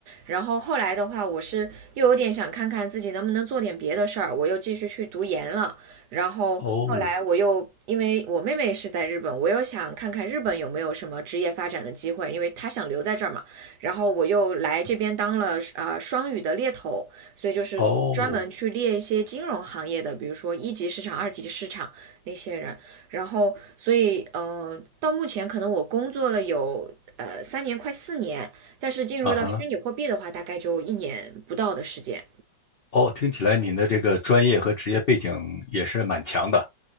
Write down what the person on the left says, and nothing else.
哦
哦，
啊哈。
哦，听起来您的这个专业和职业背景也是蛮强的。